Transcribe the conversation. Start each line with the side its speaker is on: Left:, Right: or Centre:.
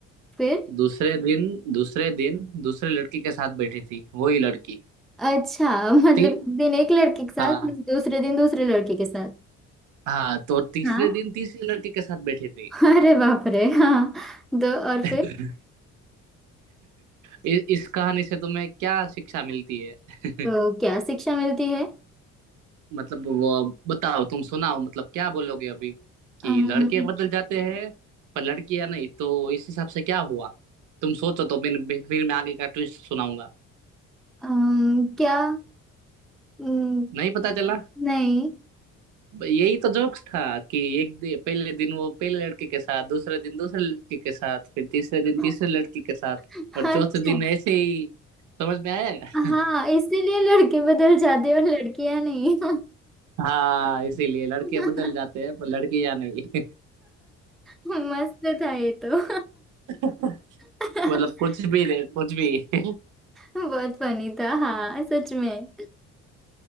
Centre: फिर
Right: दूसरे दिन दूसरे दिन दूसरे लड़की के साथ बैठी थी वही लड़की
Centre: अच्छा मतलब
Right: थी
Centre: एक दिन एक लड़के के साथ
Right: हाँ
Centre: दूसरे दिन दूसरे लड़के के साथ
Right: हाँ तो तीसरे
Centre: हाँ
Right: दिन तीसरी लड़की के साथ बैठी थी
Centre: अरे बाप रे हाँ तो और
Right: <laughs>
Centre: फिर
Right: इ, इस कहानी से तुम्हें क्या शिक्षा मिलती है <laughs>
Centre: तो क्या शिक्षा मिलती है
Right: मतलब वो बताओ तुम सुनाओ मतलब क्या बोलोगे अभी कि
Centre: अम्म,
Right: लड़के बदल जाते हैं पर लड़कियां नहीं तो इस हिसाब से क्या हुआ तुम सोचो तो फिर फिर मैं आगे का ट्विस्ट सुनाऊंगा
Centre: अम्म, क्या अम्म,
Right: नहीं पता चला
Centre: नहीं
Right: ब- यही तो जोक्स था कि एक दिन पहले दिन वो पहले लड़के के साथ दूसरे दिन दूसरे लड़के के साथ फिर तीसरे दिन
Centre: <laughs>
Right: तीसरे लड़के के साथ और चौथे
Centre: अच्छा
Right: दिन ऐसे ही समझ में आएगा
Centre: हाँ इसीलिए लड़के बदल जाते और लड़कियां नहीं
Right: <laughs> हाँ इसीलिए लड़के
Centre: <laughs>
Right: बदल जाते हैं पर लड़कियां नहीं
Centre: मस्त था ये तो
Right: <laughs>
Centre: <laughs>
Right: मतलब कुछ भी रहे कुछ भी <laughs>
Centre: बहुत फनी था हाँ सच में